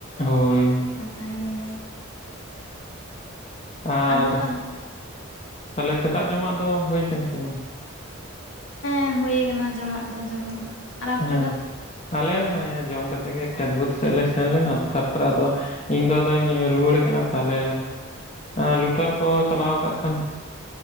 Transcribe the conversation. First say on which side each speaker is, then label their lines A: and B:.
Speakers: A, on the left; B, on the left.
A: ᱦᱳᱭ
B: ᱟᱨ ᱛᱟᱦᱮᱱ ᱜᱮᱭᱟ
A: ᱟᱨ
B: ᱟᱫᱚ ᱛᱟᱦᱚᱞᱮ
A: ᱛᱟᱦᱞᱮ ᱥᱮᱛᱟᱜ ᱡᱚᱢᱟᱜ ᱫᱚ ᱦᱳᱭ ᱟᱠᱟᱱᱟ ᱥᱮ ᱵᱟᱝ?
B: ᱦᱮ ᱦᱩᱭ ᱠᱟᱱᱟ ᱡᱚᱢᱟᱜ ᱫᱚ ᱡᱚᱢ ᱠᱚ ᱫᱚ᱾ ᱟᱨ ᱟᱯᱮ
A: ᱦᱮᱸ
B: ᱫᱚ?
A: ᱟᱞᱮ ᱦᱚᱸ ᱡᱚᱢ ᱠᱟᱛᱮ ᱜᱮ ᱠᱷᱮᱛ ᱵᱟᱹᱫᱽ ᱥᱮᱫ ᱞᱮ ᱥᱮᱱ ᱞᱮᱱᱟ ᱛᱟᱨ ᱯᱚᱨᱮ ᱟᱫᱚ ᱤᱧ ᱫᱚ ᱟᱫᱚᱧ ᱨᱩᱣᱟᱹᱲ ᱠᱟᱱᱟ ᱛᱟᱦᱚᱞᱮ ᱟᱨ ᱞᱩᱴᱟᱨ ᱠᱚ ᱪᱟᱞᱟᱣ ᱠᱟᱜ ᱠᱷᱟᱱ